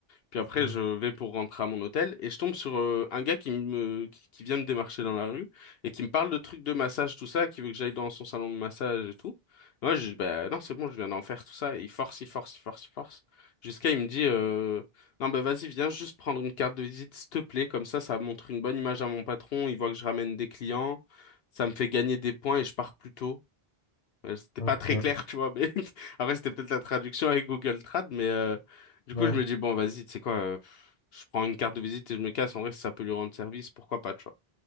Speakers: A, on the left (about 70°); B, on the left (about 40°).
A: Puis après,
B: Mm.
A: je vais pour rentrer à mon hôtel et je tombe sur euh, un gars qui me qui, qui vient me démarcher dans la rue et qui me parle de trucs de massage, tout ça, qui veut que j'aille dans son salon de massage et tout. Moi, je dis, bah non, c'est bon, je viens d'en faire tout ça. Et il force, il force, il force, il force. Jusqu'à il me dit, euh, non, bah vas-y, viens juste prendre une carte de visite, s'il te plaît. Comme ça, ça montre une bonne image à mon patron. Il voit que je ramène des clients. Ça me fait gagner des points et je pars plus tôt. Euh, C'était
B: Ok,
A: pas très clair, tu vois, mais <laughs> après, c'était peut-être la traduction avec Google Trad, mais euh, du
B: ouais.
A: coup, je me dis, bon, vas-y, tu sais quoi, euh, je prends une carte de visite et je me casse. En vrai, si ça peut lui rendre service, pourquoi pas, tu vois.